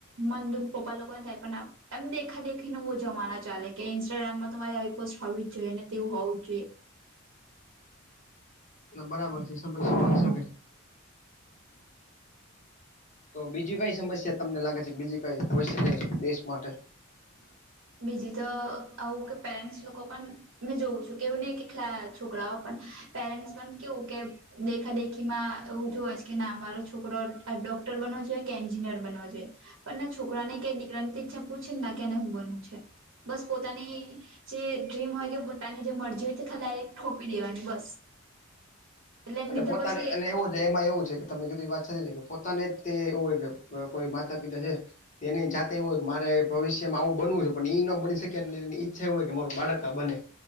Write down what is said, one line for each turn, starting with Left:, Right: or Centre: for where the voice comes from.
Right: મન દુઃખ પપ્પા લોકોને થાય પણ એમ દેખા દેખીને બહુ જમાના ચાલે કે ન્સ્ટાગ્રામમાં તો તમારી આવી પોસ્ટ હોવી જઈએ ને તેવું હોવું જ જોઈએ
Left: એ બરાબર છેકે તો બીજી કઈ સમસ્યા તમને લાગે છે બીજી કઈ હોય છે દેશ માટે
Right: બીજી તો આવું કે પેરેન્ટ્સ લોકો પણ મેં જોઉું છું કેવું નને કે લા છોકરાઓ પણ પેરેન્ટ્સ પણ કેવું કે દેખા દેખીમાં એવું જો છે કે ના મામારો છોકરો ડોક્ટર બનવો જોઈએ કે એન્જિનિયર બનવો જોઈએ પણ ના છોકરાને કે દીકરાની ઈચ્છા પૂછે ને ના કેને હું બનવું છે બસ પોતાની જે ડ્રીમ હોય કે પોતાની જે મરજી હોય તે ખાલી આ ખોપી દેવાની બસ એટલે એને
Left: એટ
Right: લીધે
Left: પોતાની
Right: પછી
Left: એ એવું છે એમાં એવું છે કે તમે કીધી વાત કે પોતાને તે એવું હોય કે કોઈ માતા પિતા છે તે એની જાતે એું હોય મારે ભવિ્યમાં આવું બનવું છે પણ એઈ ન બની શકે એટલે એની ઈચ્છા એવુંય કે મારું બાળક તબને